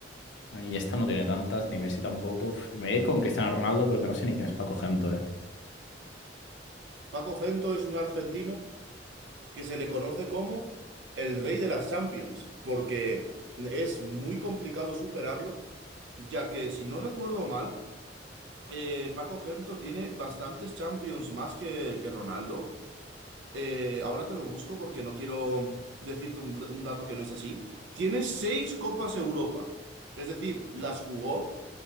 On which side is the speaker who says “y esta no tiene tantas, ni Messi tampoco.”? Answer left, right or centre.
Left